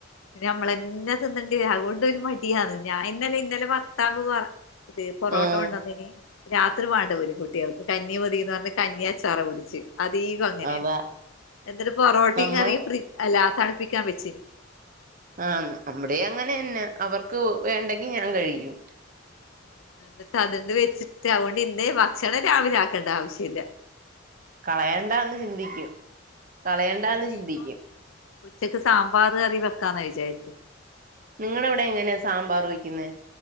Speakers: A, on the left; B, on the right.
A: നമ്മളന്നെ തിന്നേണ്ടി അതുകൊണ്ട് ഒരു മടിയാണ് ഞാൻ ഇന്നലെ ഇന്നലെ ഭറത്താവ് പറ ഇത് പൊറോട്ടോ
B: ഉം
A: കൊണ്ടന്ന് രാത്രി വേണ്ട പോലും കുട്ടിയൾക്ക് കഞ്ഞിമതി എന്ന് പറഞ്ഞു കഞ്ഞി അച്ചാറും കുടിച്ച് അതീകം അങ്ങനെയാ
B: അതാ
A: എന്നിട്ട് പൊറോട്ടയും
B: നമ്മള്
A: കറിയും ഫ്രിഡ്ജ് അല്ലാ തണുപ്പിക്കാൻ വെച്ചിന്
B: ആഹ് നമ്മുടെ അങ്ങനെന്നെ അവർക്ക് വേണ്ടെങ്കി ഞാൻ കഴിക്കും
A: <inaudible> എന്നിട്ട് അതന്ന് വെച്ചിട്ട് അതുകൊണ്ട് ഇന്ന് ഭക്ഷണം രാവിലെ ആക്കേണ്ട ആവശ്യല്ല
B: കളയണ്ട എന്ന് ചിന്തിക്കും കളയണ്ട എന്ന്
A: നീ
B: ചിന്തിക്കും
A: ഇപ്പൊ ഉച്ചക്ക് സാമ്പാർ കറി വെക്കാന്ന വിചാരിക്കുന്നു
B: നിങ്ങളവിടെ എങ്ങനെയാ സാമ്പാർ വെക്കുന്നെ